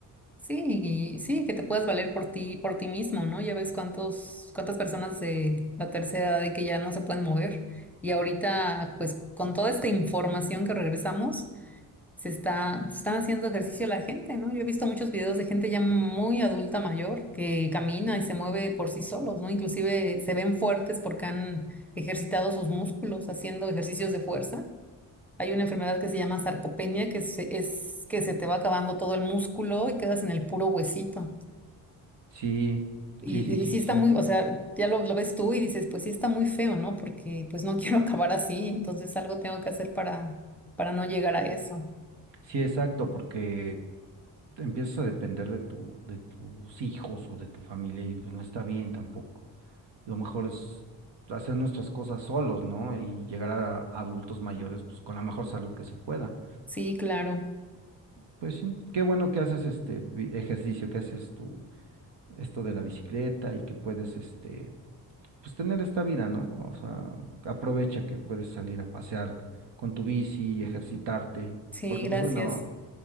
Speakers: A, in the centre; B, on the right.
A: Sí, y sí, que te puedas valer por ti, por ti mismo, ¿no? Ya ves cuántos, cuántas personas de la tercera edad de que ya no se pueden mover. Y ahorita, pues, con toda esta información que regresamos, se está, se están haciendo ejercicio la gente, ¿no? Yo he visto muchos videos de gente ya muy adulta mayor que camina y se mueve por sí solos, ¿no? Inclusive se ven fuertes porque han ejercitado sus músculos haciendo ejercicios de fuerza. Hay una enfermedad que se llama sarcopenia, que se- es que se te va acabando todo el músculo y quedas en el puro huesito.
B: Sí,
A: Y,
B: sí, sí,
A: y
B: sí,
A: sí está
B: sí.
A: muy, o sea, ya lo, lo ves tú y dices, pues sí está muy feo, ¿no? Porque pues no <laughs> quiero acabar así, entonces algo tengo que hacer para, para no llegar a eso.
B: Sí, exacto, porque empiezas a depender de tu, de tus hijos o de tu familia y pues no está bien tampoco. Lo mejor es hacer nuestras cosas solos, ¿no? Y llegar a adultos mayores pues con la mejor salud que se pueda.
A: Sí, claro.
B: Pues sí, qué bueno que haces este vi- ejercicio, que haces tu esto de la bicicleta y que puedes este pues tener esta vida, ¿no? O sea, aprovecha que puedes salir a pasear con tu bici, ejercitarte,
A: Sí,
B: porque
A: gracias.
B: pues bueno,